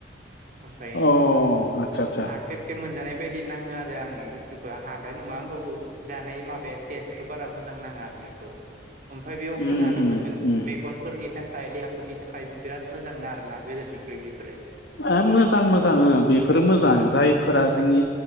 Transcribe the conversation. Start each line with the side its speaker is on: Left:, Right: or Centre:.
Right: ओमफ्राय
Left: ओं अ आदसा आदसा
Right: हाख्रेब ख्रेब मोनजानाय बेबायदि नाङो आरो आं बुस्थुखौ हालाय नङा होमबाबो जानाय माबाया टस्खौ बारा बु मोजां नाङा आरो बेखौ ओमफाय बेयाव खोनानो
Left: उम उम
Right: मोनदों
Left: उम
Right: मेगनफोरनि थाखाय देहाफोरनि थाखाय बिराद मोजां नो आरो ना गोदोनिख्रुइ बियो
Left: ओ मोजां मोजां बेफोरो मोजां
Right: उम
Left: जायफोरा जोंनि